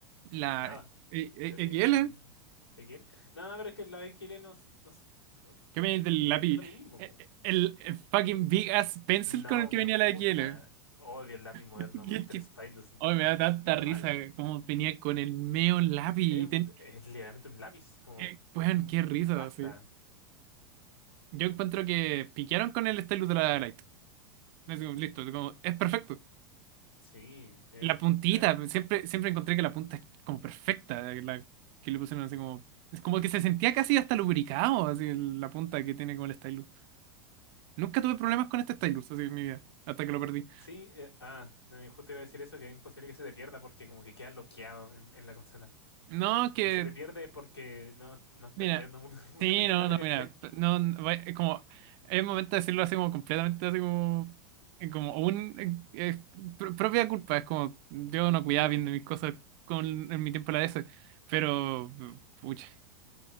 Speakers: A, on the right (about 50°); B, on the left (about 80°).
A: la
B: Nada.
A: eh, eh,
B: DSi.
A: XL,
B: ¿XL? No, pero es que la XL no, s- no, s- no-
A: que venía del lápiz,
B: es lo mismo.
A: eh, eh, el, eh, fucking big ass
B: po.
A: pencil
B: No,
A: con el que
B: me
A: venía
B: gusta.
A: la XL.
B: Odio el lápiz moderno,
A: Que-
B: me gusta
A: que-
B: el stylus
A: <laughs>
B: eh,
A: Ay, me
B: como
A: da tanta
B: normal.
A: risa como venía con el meo lápiz. y
B: Es un,
A: ten-
B: es literalmente un lápiz, como
A: eh, weón,
B: mm,
A: qué risa,
B: pasta.
A: sí. Yo encuentro que piquearon con el stylus de la light Es como, Listo, es como, es perfecto.
B: Sí. es
A: La puntita,
B: em,
A: pues, siempre, siempre encontré que la punta es como perfecta, eh, la, que le pusieron así como... Es como que se sentía casi hasta lubricado, así el- la punta que tiene con el stylus. Nunca tuve problemas con este stylus, así en mi vida, hasta que lo perdí.
B: Sí, eh, ah, no, y justo iba a decir eso, que es imposible que se te pierda porque como que queda bloqueado en, en la consola.
A: No, que...
B: Si se te pierde porque no, no estáis
A: Mira,
B: cuidando muy, <laughs> muy
A: sí,
B: bien
A: no,
B: la DS.
A: no, mira, no, no, va- es como... Es momento de decirlo así como completamente, así como... eh, Como un... eh, eh, pr- propia culpa, es como... Yo no cuidaba bien de mis cosas con, en mi tiempo en la DS, pero... Pucha.